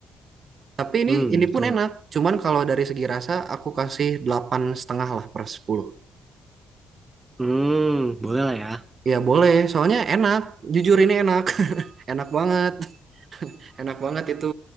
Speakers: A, on the right; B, on the right.
A: Tapi ini
B: Hmm,
A: ini
B: betul.
A: pun enak. Cuman kalau dari segi rasa aku kasih 8 setengah lah per 10.
B: Hmm, boleh lah ya.
A: Ya boleh, soalnya enak. Jujur ini enak. <laughs> Enak banget. enak banget itu